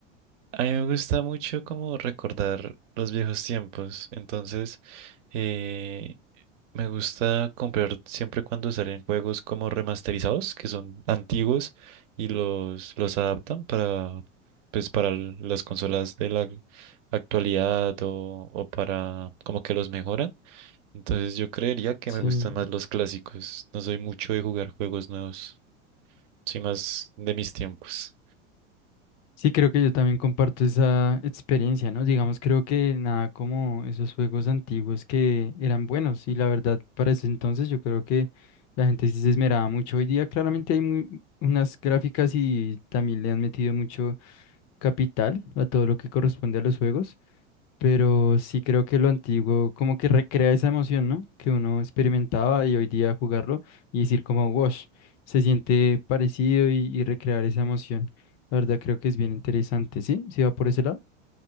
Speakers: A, on the right (about 70°); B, on the left (about 45°).
A: A mí me gusta mucho como recordar los viejos tiempos, entonces eh, me gusta comprar siempre cuando salen juegos como remasterizados, que son antiguos y los, los adaptan para, pues, para l- las consolas de la actualidad o, o para como que los mejoran. Entonces yo creería que
B: Sí.
A: me gustan más los clásicos, no soy mucho de jugar juegos nuevos, soy más de mis tiempos.
B: Sí, creo que yo también comparto esa experiencia, ¿no? Digamos, creo que nada como esos juegos antiguos que eran buenos y la verdad para ese entonces yo creo que la gente sí se esmeraba mucho. Hoy día claramente hay muy- unas gráficas y también le han metido mucho capital, a todo lo que corresponde a los juegos, pero sí creo que lo antiguo como que recrea esa emoción, ¿no? Que uno experimentaba y hoy día jugarlo y decir como, wash, se siente parecido y, y recrear esa emoción. La verdad creo que es bien interesante, ¿sí? ¿Sí va por ese lado?